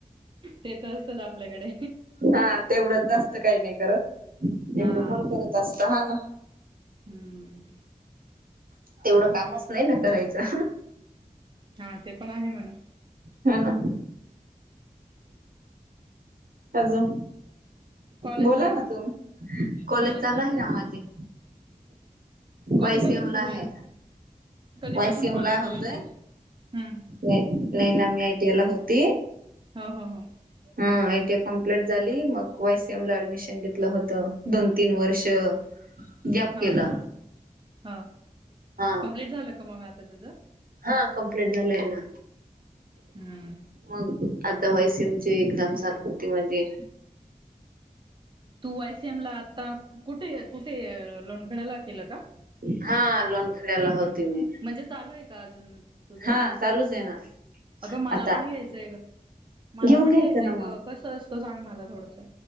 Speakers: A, on the right (about 35°); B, on the right (about 75°).
A: ते तर असतच आपल्याकडे
B: हा तेवढंच जास्त काही नाही करत
A: हा.
B: एवढं पण करत असत हा ना
A: हम्म
B: तेवढं कामच नाही ना करायचं
A: हा ते पण आहे म्हणा
B: हा ना अजून
A: कॉलेजला
B: बोला ना तुम्ही कॉलेज
A: कॉलेजला
B: चाला आहे ना माझे
A: कधीपासून
B: पैसेिमला
A: सुरू होईल?
B: आहे
A: कधीपासून
B: पैसेिमला
A: कॉलेज सुरू
B: होतय
A: होईल तुझं? हम्म.
B: नाही ना मी आयटी आय ला होती
A: हा हा ह
B: हा आयटी ए कमप्लीट झाली मग वायसीएम ला ऍडमिशन घेतलं होत दोन तीन वर्ष गॅप
A: हा
B: केला
A: हा
B: हा
A: कमप्लीट झालं का मग आता तुझं
B: हा कम्प्लीट झालंय ना
A: हम्म.
B: मग आता वायसीमची एकजम चालू होती माणझी
A: तू वायसीएम ला आता कुठे कुठे लोणखड्याला केलं का
B: हा लोणखडे्याला होती मी
A: म्हणजे चालू आहे का अजून तुझ
B: हा चालूच आहे ना
A: अगं मला
B: आता
A: पण घ्यायचंय ग मला
B: घेऊन
A: पण
B: घ्यायचं
A: घ्यायचंय
B: ना मग.
A: ग कसं असतो सांग मला थोडसं